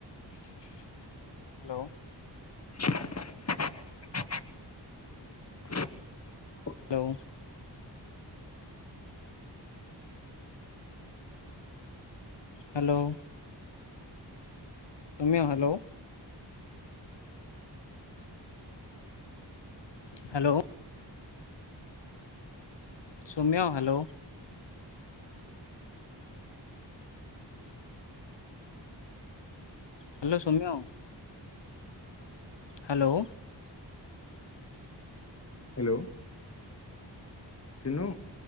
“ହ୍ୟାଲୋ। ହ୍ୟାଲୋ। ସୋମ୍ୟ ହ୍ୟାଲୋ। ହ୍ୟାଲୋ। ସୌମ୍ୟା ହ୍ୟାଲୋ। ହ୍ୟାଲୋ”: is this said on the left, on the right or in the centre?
Left